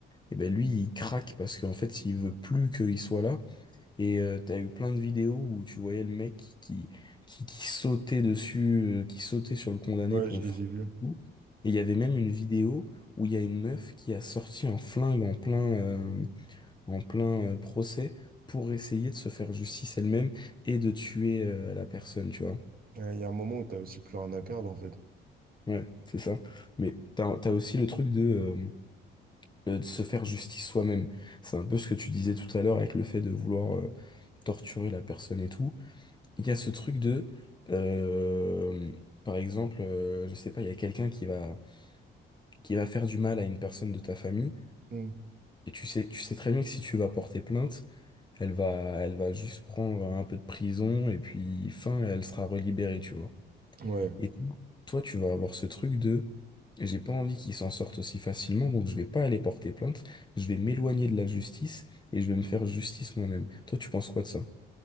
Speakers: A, on the left; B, on the right.
A: et ben lui, il craque parce qu'en fait, il veut plus qu'il soit là. Et euh, t'as eu plein de vidéos où tu voyais le mec qui, qui, qui, qui sautait dessus, euh, qui sautait sur le condamné
B: Ouais,
A: pour
B: je
A: le
B: les
A: frapper.
B: ai vus.
A: et tout. Et il y avait même une vidéo où il y a une meuf qui a sorti un flingue en plein, euh, en plein euh, procès pour essayer de se faire justice elle-même et de tuer euh, la personne, tu vois.
B: Ouais, Il y a un moment où t'as aussi plus rien à perdre en fait.
A: Ouais, c'est ça. Mais t'as, t'as aussi le truc de, euh, euh, de se faire justice soi-même. C'est un peu ce que tu disais tout à l'heure avec le fait de vouloir euh, torturer la personne et tout. Il y a ce truc de, euh, par exemple, euh, je sais pas, il y a quelqu'un qui va, qui va faire du mal à une personne de ta famille,
B: Hmm.
A: et tu sais, tu sais très bien que si tu vas porter plainte, elle va, elle va juste prendre un peu de prison, et puis fin, elle sera relibérée, tu vois.
B: Ouais.
A: Et toi, tu vas avoir ce truc de, j'ai pas envie qu'ils s'en sortent aussi facilement, donc je vais pas aller porter plainte, je vais m'éloigner de la justice, et je vais me faire justice moi-même. Toi, tu penses quoi de ça?